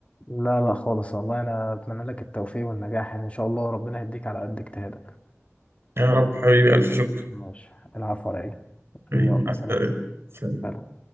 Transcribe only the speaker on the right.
يا رب حبيبي ألف شكر
حبيبي
مع السلامة